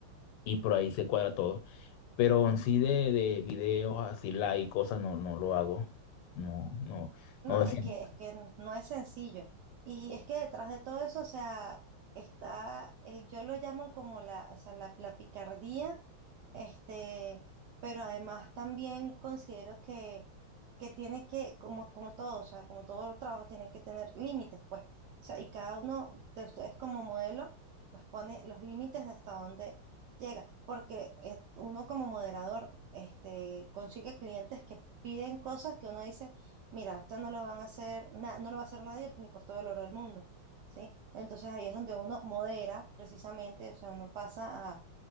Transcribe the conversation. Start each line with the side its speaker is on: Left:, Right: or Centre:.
Left: y por ahí se cuadra todo. Pero en sí de, de videos así live y cosas no, no lo hago. No, no,
Right: No,
Left: no me
Right: es
Left: siento.
Right: que, es que no es sencillo. Y es que detrás de todo eso, o sea, está, eh, yo lo llamo como la, o sea, la, la picardía, este, pero además también considero que, que tiene que, como, como todo, o sea, como todos los trabajos, tienen que tener límites, pues. O sea, y cada uno de ustedes como modelo, pues pone los límites de hasta dónde llega, porque eh, uno como moderador, este, consigue clientes que piden cosas que uno dice, mira, esto no lo van a hacer, na- no lo va a hacer nadie ni por todo el oro del mundo, ¿sí? Entonces ahí es donde uno modera precisamente, o sea, uno pasa